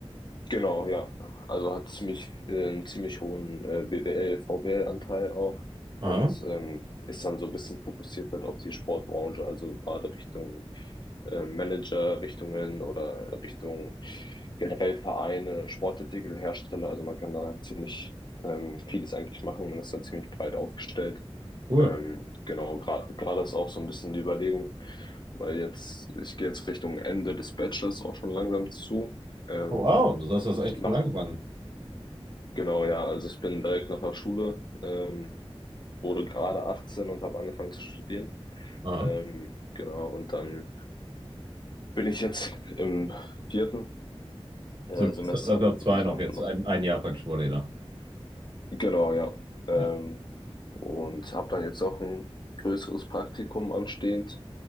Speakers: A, on the left; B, on the right.
A: Genau, ja. Also hat ziemlich, äh, einen ziemlich hohen äh, BWL, VWL-Anteil auch
B: Aha,
A: und ähm, ist dann so ein bisschen fokussiert halt auf die Sportbranche, also gerade Richtung äh, Manager, Richtungen oder Richtung generell Vereine, Sportartikelhersteller. Also man kann da ziemlich ähm, vieles eigentlich machen. Man ist da ziemlich breit aufgestellt.
B: cool.
A: Ähm, genau, gerade gerade ist auch so ein bisschen die Überlegung, weil jetzt, ich gehe jetzt Richtung Ende des Bachelors auch schon langsam zu. Ähm,
B: Wow, du hast das echt
A: mach
B: früh angefangen.
A: Genau, ja. Also ich bin direkt nach der Schule, ähm, wurde gerade 18 und habe angefangen zu studieren.
B: Aha.
A: Ähm, genau, und dann bin ich jetzt im vierten äh,
B: Semester
A: Semester,
B: zwei
A: also
B: noch
A: noch,
B: jetzt. Ein, ein Jahr praktisch vor dir noch.
A: genau, ja. Ähm,
B: Ja,
A: und habe dann jetzt auch ein größeres Praktikum anstehend